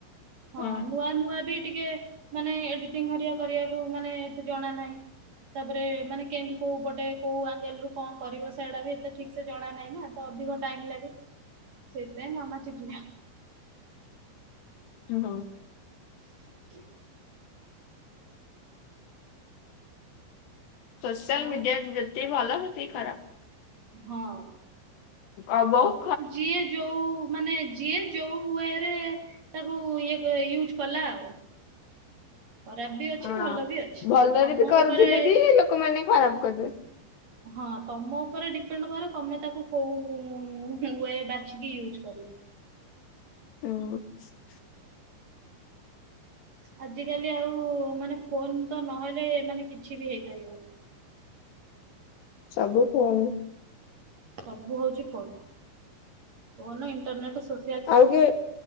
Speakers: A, on the right; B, on the left.
A: ହଁ
B: ହୁଁ
A: ନୂଆ ନୂଆ ବି ଟିକେ ମାନେ ଏଡିଟିଂ ହରିକା କରିବାକୁ ମାନେ ଏତେ ଜଣା ନାହିଁ। ତାପରେ ମାନେ କେମିତି କୋଉ ପଟେ କୋଉ ଆଙ୍ଗେଲରୁ କଣ କରିବ ସେଏଟା ବି ଏତେ ଠିକ୍ ସେ ଜଣା ନାଇଁ ନା ତ ଅଧିକ ଟାଇମ୍ ଲାଗେ। ସେଥିପାଇଁ ମାମା ଚିଡ଼ିଲା।
B: ଓହୋ।
A: <inaudible>
B: ସୋସିଆଲ୍
A: ଆଉ
B: ମିଡିଆ ଯେତିକି ଭଲ ସେତିକି ଖରାପ୍।
A: ହଁ।
B: ଆଉ ବୋଉ?
A: ଯିଏ ଯୋଉ ମାନେ ଯିଏ ଯୋଉ ହୁଏ ସେ ତାକୁ ଇଏ କ ୟୁଜ୍ କଲା ଆଉ। ଖରାପ୍ ବି ଅଛି
B: ହଁ
A: ଭଲ ବି ଅଛି,
B: ଭଲରେ
A: ତମ
B: ବି କରୁଥିଲେ
A: ଉପରେ
B: ବି ଲୋକମାନେ ଖରାପ୍ କରିଦେବେ।
A: ହଁ ତମ ଉପରେ ଡିପେଣ୍ଡ କରେ ତମେ ତାକୁ କୋଉ ଉଁ ହୁଁ ୱେଏ ବାଛିକି ୟୁଜ୍ କରିବ।
B: <unintelligible>
A: ଆଜିକାଲି ଆଉ ମାନେ ଫୋନ୍ ତ ନହେଲେ ମାନେ କିଛି ବି ହେଇପାରିବନି।
B: ସବୁ ଫୋନରେ।
A: ସବୁ ହଉଛି ଫୋନ୍, ଫୋନ୍ ଇଣ୍ଟରନେଟ ସୋ
B: ଆଉ କି